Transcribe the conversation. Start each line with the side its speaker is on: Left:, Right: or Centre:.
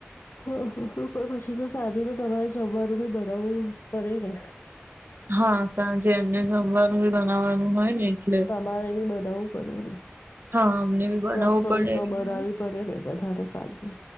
Left: હ હ પણ પછી તો સાંજે તો તમારે જમવાનું બી બનાવવું પડે ને.
Right: હા સાંજે એમને જમવાનું બી બનાવવાનું હોય ને. એટલે
Left: તમારે બી બનાવવું પડેને
Right: હા અમને બી બનાવવું
Left: રસોઈ
Right: પડે
Left: તો
Right: એટલે
Left: બનાવી. પડેને બધાને સાંજે.